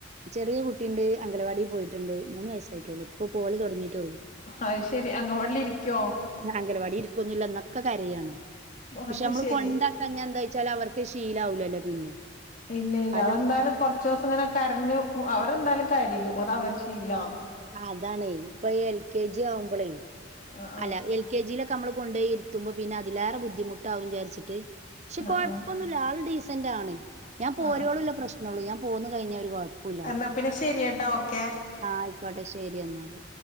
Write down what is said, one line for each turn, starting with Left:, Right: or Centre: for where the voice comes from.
Right: ചെറിയ കുട്ടിയുണ്ട് അംഗലവാടിൽ പോയിട്ട് ണ്ട് മൂന്ന് വയസ്സായിട്ടള്ളൂ ഇപ്പൊ പോല് തൊടങ്ങീറ്റൊള്ളൂ
Left: അത് ശെരി അങ്കവാടിൽ ഇരിക്കോ
Right: അംഗൽവാടി ഇര്ക്കൊുന്നില്ല എന്ന ക്കെ കരയാണ് പക്ഷേ
Left: അത്
Right: നമ്മള്
Left: ശെരി
Right: കൊണ്ടാക്കാൻ ഞാൽ എന്താ വച്ചാൽ അവർക്ക് ശീലാവൂലല്ലോ പിന്നെ
Left: ഇല്ല ഇല്ല
Right: കാരണം
Left: അതെന്തായാലും
Right: അമ്മക്ക്
Left: കൊർച്ചൂ സം ഇങ്ങനെ കരഞ്ഞു അവരെന്തായാലും കരിയും അത അവരെ ശീലാണ്
Right: അതാണേയ് ഇപ്പൊ എൽ കെ ജി ആവുമ്പളേ
Left: ആ ആ
Right: അല്ല എൽ കെ ജിലൊക്കെ ക്ക നമ്മള് കൊണ്ടേയിരുത്തുമ്പോ പിന്നെ അതിലേറെ ബുദ്ധിമുട്ടാവകും വിചരിച്ചിട്ട് ക്ഷേ
Left: ആ
Right: കൊഴ്പ്പോന്നൂല്ല്യ
Left: ആ
Right: ആള് ഡീസ സന്റൊണ് ഞാൻ പോരോളള്ള
Left: ആ ആ
Right: പ്രശ്നഒള്ളൂ ഞാൻ പോന്ന് കഴിഞ്ഞ ഒരു കുഴപ്പുല്ല ആൾക്ക്
Left: എന്നാ പിന്നെ ശെരിയട്ടാ ഓക്കെ
Right: ആ ആയി വടശ്ശേരി എന്നാല്